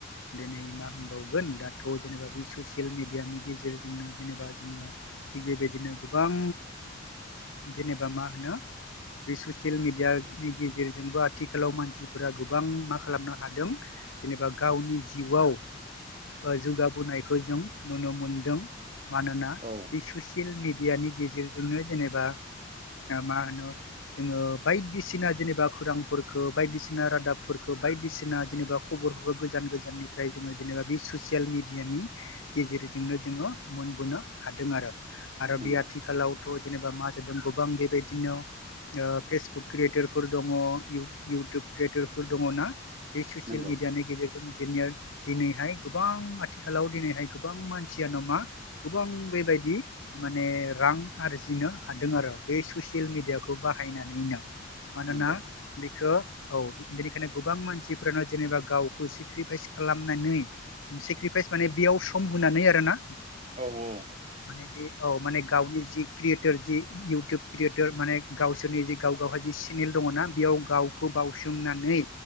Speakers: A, on the left (about 75°); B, on the right (about 35°).
A: दिनै मा होनबावगोन दाथ' जेनेबा बे ससियेल मेडियानि गेजेरजोंनो जेनेबा जोङो थिग बेबायदिनो गोबां जेनेबा मा होनो। बे ससियेल मिडियानि गेजेरजोंबो आथिखालाव मानसि। फोर गोबां मा खालामनो हादों जेनेबा गावनि जिउआव। जौगाबोनायखौ जों नुनो मोनदों मानोना
B: औ
A: बे। ससियेल मिडियानि गेजेरजोंनो जेनेबा। मा होनो जोङो बायदिसिना जेनेबा खोरांफोरखौ बायदिसिना। बायदिसिना रादाबफोरखौ बायदिसिना जेनेबा खबरफोरखौ गोजान गोजाननिफ्राय जोङो जेनेबा बे ससियेल मिडियानि। नि गेजेरजोंनो जोङो मोनबोनो हादों आरो आरो बे
B: नंगौ
A: आथिखालाव। थ' जेनेबा मा जादों गोबां बेबायदिनो। फेसबुक क्रियेटरफोर दङ इउटुब। क्रियेटरफोर दङना बे ससियेल
B: नंगौ
A: मिडियानि गेजेरजों दिनिया दिनैहाय गोबां आथिखालाव दिनैहाय गोबां मानसियानो मा गोबां बेबाय दि माने रां आरजिनो हादों आरो बे ससियेल मिडियाखौ बाहायनानैनो मानोना
B: नंगौ
A: बिखौ औ बेनिखायनो गोबां मानसिफोरानो जेनेबा गावखौ सेक्रिफाइस खालामनानै सेक्रिफाइस माने बेयाव सम होनानै आरो ना
B: औ औ
A: माने बे औ माने गावनि जि क्रियेटर जि इयउटुब क्रियेटर माने गावसोरनि जि गाव गावहा जि सिनेल दङना बेयाव गाव खौ बावसोमनानै